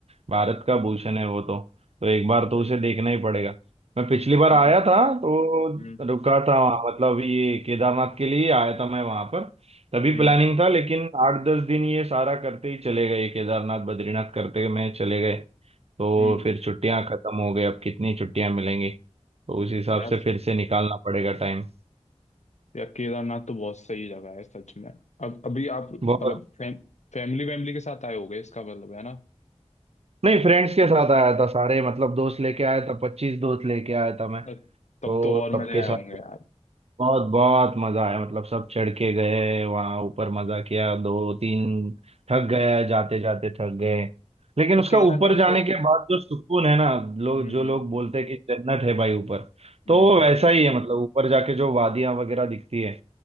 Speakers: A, on the right; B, on the left.
A: भारत का भूषण है वो तो तो एक बार तो
B: सही
A: उसे देखना ही पड़ेगा मैं पिछली बार
B: हम्म
A: आया था तो
B: हम्म
A: रुका था वहाँ मतलब ये केदारनाथ के लिए आया था मैं वहाँ पर तभी
B: हम्म
A: प्लानिंग था लेकिन आठ दस दिन ये सारा करते ही चले गए केदारनाथ बद्रीनाथ करते में चले गए तो
B: हम्म।
A: फिर छुट्टियां खत्म हो गई अब कितनी छुट्टियां मिलेंगी तो उस हिसाब
B: यार
A: से फिर से निकालना पड़ेगा टाइम
B: यार केदारनाथ तो बहुत सही जगह है सच में अब अभी आप मतलब
A: बहुत
B: फैम, फैमिली वैमिली के साथ आए होगे इसका मतलब है ना
A: नहीं फ्रेंड्स के साथ आया था सारे मतलब दोस्त लेके आया था पच्चीस दोस्त लेके आया था मैं
B: तब
A: तो
B: तब तो और
A: सबके
B: मजे आए
A: साथ
B: होंगे यार
A: बहुत बहुत मजा आया मतलब सब चढ़ के गए वहां ऊपर मजा किया दो तीन थक गए जाते जाते थक गए लेकिन
B: तो
A: उसका
B: केदारनाथ
A: ऊपर जाने
B: पे
A: के बाद जो सुकून है ना लोग
B: हम्म
A: जो
B: हम्म
A: लोग
B: हम्म
A: बोलते हैं कि जन्नत है भाई ऊपर
B: हम्म
A: तो
B: हम्म।
A: वैसा ही है मतलब ऊपर जाके जो वादियां वगैरह दिखती है